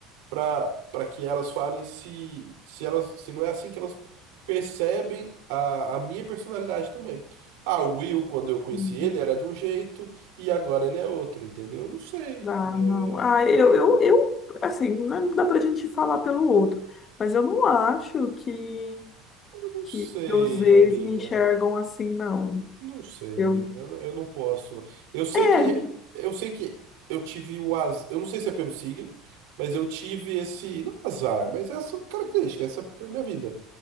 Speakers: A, on the right (about 80°); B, on the left (about 30°).
A: para para que elas falem se se elas se não é assim que elas percebem a, a minha personalidade também. Ah, o Will, quando eu conheci
B: Hum.
A: ele, era de um jeito e agora ele é outro, entendeu? Eu não sei.
B: Ah,
A: É,
B: não. Ah, eu, eu, eu, assim, não dá pra gente falar pelo outro. Mas eu não acho que,
A: não
B: que
A: sei,
B: meus ex
A: amiga.
B: me enxergam assim, não.
A: Não sei,
B: Eu,
A: amiga. Eu não eu não posso. Eu sei
B: é,
A: que re-
B: a
A: eu sei que eu tive o azar. Eu não sei se é pelo signo, mas eu tive esse não azar, mas essa característica, essa foi minha vida.